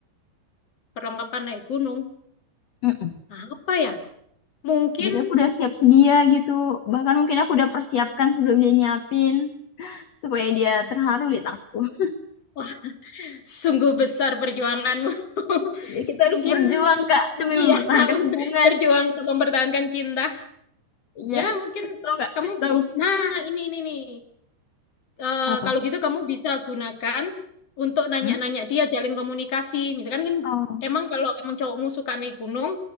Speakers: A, on the left (about 40°); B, on the left (about 65°).
A: perlengkapan naik gunung.
B: Mm-mm.
A: Nah, Apa ya? Mungkin
B: Jadi aku udah siap sedia gitu. Bahkan mungkin aku udah persiapkan sebelum dia nyiapin supaya dia terharu lihat aku. <laughs>
A: wah sungguh besar perjuanganmu. <laughs>
B: Ya kita harus
A: Mungkin
B: berjuang, Kak, demi
A: iya
B: mempertahankan
A: <laughs> untuk
B: hubungan.
A: berjuang untuk mempertahankan cinta.
B: Iya.
A: Ya mungkin
B: Kasih tau, Kak.
A: kamu.
B: Kasih tau.
A: Nah ini ini nih. eh,
B: Apa?
A: kalau gitu kamu bisa gunakan untuk nanya-nanya
B: Hmm?
A: dia jalin komunikasi. Misalkan kan
B: Oh.
A: emang kalau emang cowokmu suka naik gunung,